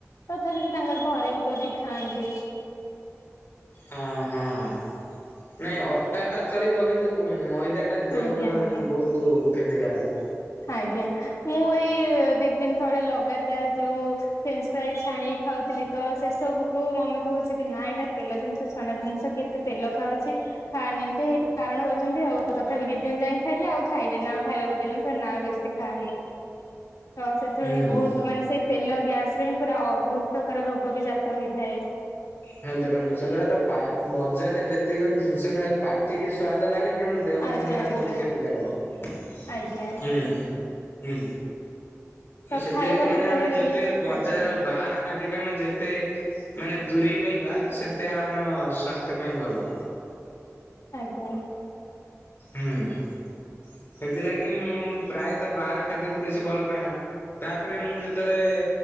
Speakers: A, on the left; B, on the left.
A: ତଥାପି ବି ତାଙ୍କର ଘରେ ବି କରିକି ଖାଆନ୍ତି।
B: ଆଁହାଁ ନାଇଁ ଅଟା ଟା ଚଳିବ କିନ୍ତୁ ମଇଦା ଟା ଦେହ
A: ଆଜ୍ଞା
B: ପାଇଁ
A: ଆଜ୍ଞା।
B: ବହୁତ କ୍ଷତିକାରକ।
A: ଆଜ୍ଞା। ମୁଁ ଏଇ ଦି ଦିନ ତଳେ ଲଗାତାର ଯୋଉ ଫ୍ରିନସ୍ ପ୍ରାଇ ଛାଣିକି ଖାଉଥିଲି ତ ସେ ସବୁ ମମି କହୁଛି କି ନା ଏଇଟା ତେଲ ଜିନିଷ ଛଣା ଜିନିଷ କେତ ତେ ତେଲ ଖାଉଛି। ଖନି ଏମିତି ହେଇି ବାରଣ କରୁଛନ୍ତି ଆଉ ତଥାପି ଦି ଦିନ ଯାଇ ଖାଇଲି ଆଉ ଖାଇଲେନି ଆଉ ଖାଇବାକୁ ଦେଲିିନି। ନା ବେଶୀ ଖାଆନି ତ ସେଥିରୁ
B: ହୁଁ
A: ହିଁ ବହୁତ୍ ମାନେ ସେଇ ତେଲ ଗ୍ୟାସ୍ ରୁ ହିଁ ପୁରା ଅ-ବହୁତ୍ ପ୍ରକାର ରୋଗ ବି ଜାତ ହେଇଥାଏ।
B: ହଁ ଦେଖନ୍ତୁ ସେଗୁରା ତ ପା- ବଜାରରେ ଯେତିକି ବି ଜିନିଷ ମିଳେ ପାଟିକି ସ୍ଵାଦ ଲାଗେ କିନ୍ତୁ ଦେହ ପାଇଁ
A: ଆଜ୍ଞା
B: ବି ସେଇଟା
A: ଆଜ୍ଞା
B: ବହୁତ୍ କ୍ଷତିକାରକ।
A: ଆଜ୍ଞା ତ
B: ସେଥିଲାଗି
A: ଖାଇବା
B: ମାନେ
A: ଯେତେବେଳେ
B: ଆମେ ଯେତେ
A: ବି
B: ବଜାର
A: ଆଜ୍ଞା
B: ବାହାର ଖାଦ୍ୟ କୁ ଆମେ ଯେତେ ମାନେ ଦୂରେଇ ରହିବା ସେତେ ଆମ ସ୍ୱାସ୍ଥ୍ୟ ପାଇଁ ଭଲ।
A: ଆଜ୍ଞା।
B: ହୁଁ ସେଥିଲାଗି ମୁଁ ପ୍ରାୟତଃ ବାହାର ଖାଦ୍ୟକୁ ବେଶୀ ଭଲ ପାଏନା। ତାପରେ ମୁଁ ଯେତେବେଳେ